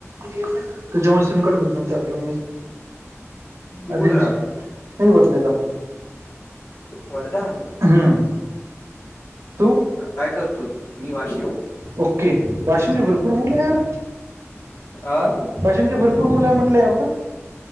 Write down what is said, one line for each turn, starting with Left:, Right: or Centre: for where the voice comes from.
Right: त्याच्यामुळे सिमकार्ड
Left: हम्म
Right: बदलून टाकलो मी.
Left: तू
Right: आदिज
Left: कुठे राहतो?
Right: <unintelligible> वर्दीला.
Left: वर्धा?
Right: हम्म. तू?
Left: काय करतो तू? मी वाशिम.
Right: ओके. वाशिमचे भरपूर मुलं आहे यार.
Left: आ?
Right: वाशिमचे भरपूर मुलं आहे म्हटलंय या बरं.